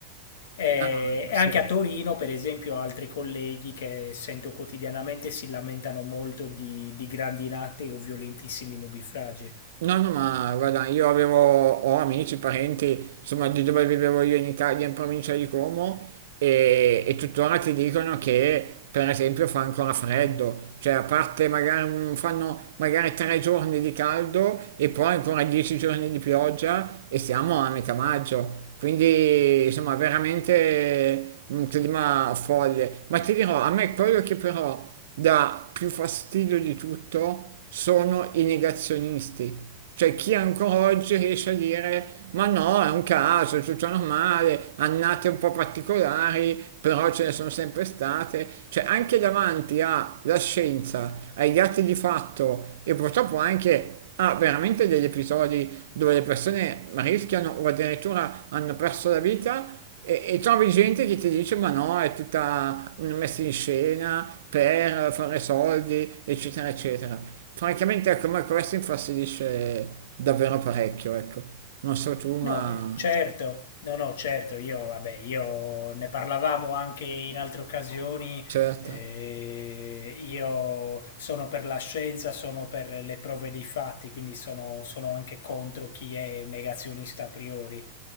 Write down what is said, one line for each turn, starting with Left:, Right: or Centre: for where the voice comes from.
Left: Eh,
Right: No, no, questo
Left: E anche
Right: è
Left: a Torino, per esempio, altri colleghi che sento quotidianamente si lamentano molto di, di grandinate o violentissimi nubifragi.
Right: No, no, ma guarda, io avevo, ho amici, parenti, insomma, di dove vivevo io in Italia, in provincia di Como, e, e tuttora ti dicono che, per esempio, fa ancora freddo, cioè a parte magari un- fanno magari tre giorni di caldo e poi ancora dieci giorni di pioggia e siamo a metà maggio. Quindi, insomma, veramente un clima folle. Ma ti dirò, a me quello che però dà più fastidio di tutto sono i negazionisti, cioè, chi ancora oggi riesce a dire ma no, è un caso, è tutto normale, annate un po' particolari, però ce ne sono sempre state. Cioè, anche davanti alla scienza, ai dati di fatto e purtroppo anche a veramente degli episodi dove le persone rischiano o addirittura hanno perso la vita. E, e trovi gente che ti dice ma no, è tutta una messa in scena per fare soldi, eccetera, eccetera. Francamente, ecco, ma questo infastidisce davvero parecchio, ecco. Non so tu, ma...
Left: No, eh, certo, no, no, certo, io, vabbè, io ne parlavamo anche in altre occasioni,
Right: Certo,
Left: eh, io sono per la scienza, sono per le prove dei fatti, quindi sono, sono anche contro chi è negazionista a priori.